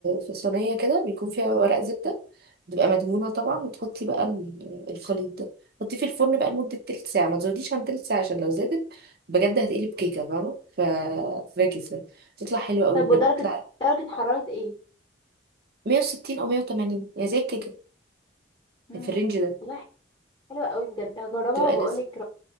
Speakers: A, on the right (about 55°); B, on the left (about 25°).
A: في صينيه كده بيكون فيها ورق زبده بتبقى مدهونه طبعا وتحطي بقى ال- الخليط ده حطيه في الفرن بقى لمده تلت ساعه ما تزوديش عن تلت ساعه عشان لو زادت بجد هتقلب كيكه فاهمه ف فاكس ده تطلع حلوه قوي
B: طب
A: بجد
B: ودرجه
A: تطلع
B: درجه حراره ايه
A: 160 او 180 يعني زي الكيكه
B: امم
A: في الرينج ده
B: والله حلوه قوي بجد هجربها
A: بتبقى
B: وبقول
A: لذيذه
B: لك